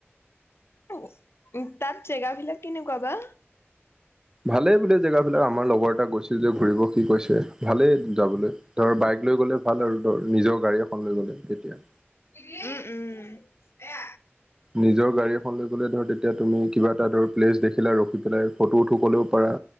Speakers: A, on the left; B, on the right.
A: উ, তাত জেগা বিলাক কেনেকুৱা বা?
B: ভালেই বোলে জেগা বিলাক, আমাৰ লগৰ এটা গৈছিল যে ঘুৰিব সি কৈছে, ভালেই যাবলৈ। ধৰ বাইক লৈ গ'লে ভাল আৰু, ধৰ নিজৰ গাড়ী এখন লৈ গ'লে তেতিয়া।
A: উম-উম।
B: নিজৰ গাড়ী এখন লৈ গ'লে ধৰ, তেতিয়া তুমি কিবা এটা ধৰ প্লেচ দেখি এইফিলে ৰখি পেলাই, ফটো উঠিব কলোঁ পাৰা।